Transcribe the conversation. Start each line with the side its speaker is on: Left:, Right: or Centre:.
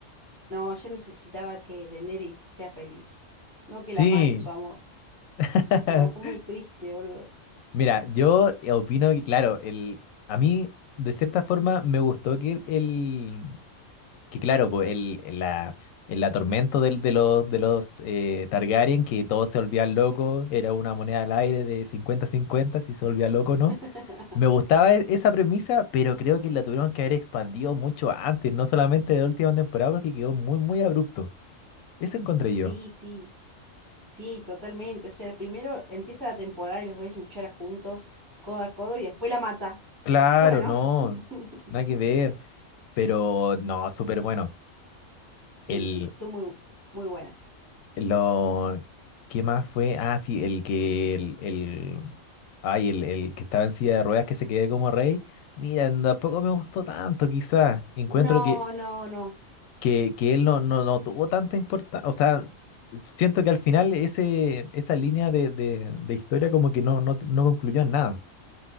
Right: No, yo necesitaba que Daenerys sea feliz, no que
Left: Sí.
Right: la mate su amor.
Left: <laughs>
Right: No, fue muy triste, boludo.
Left: Mira, yo opino que, claro, el, a mí, de cierta forma, me gustó que el, que claro, pues, el, el la, el atormento del, de los, de los eh, Targaryen, que todos se volvían locos, era una moneda al aire de cincuenta-cincuenta si se volvía loco o no.
Right: <laughs>
Left: Me gustaba e- esa premisa, pero creo que la tuvieron que haber expandido mucho antes, no solamente de la última temporada, porque quedó muy, muy abrupto. Eso encontré
Right: Sí,
Left: yo.
Right: sí, sí, totalmente. O sea, primero empieza la temporada y los ves luchar juntos, codo a codo, y después la mata.
Left: Claro,
Right: Bueno,
Left: no,
Right: <laughs>
Left: nada que ver. Pero no, súper bueno.
Right: sí,
Left: El,
Right: sí, estuvo muy, muy buena.
Left: lo, ¿qué más fue? Ah, sí, el que, el, el, ay, el, el que estaba en silla de ruedas que se quedó como rey. Mira, tampoco me gustó tanto, quizás. Encuentro
Right: No,
Left: que,
Right: no, no.
Left: que, que él no, no, no tuvo tanta importancia. O sea, siento que al final ese, esa línea de, de, de historia como que no, no, no concluyó en nada.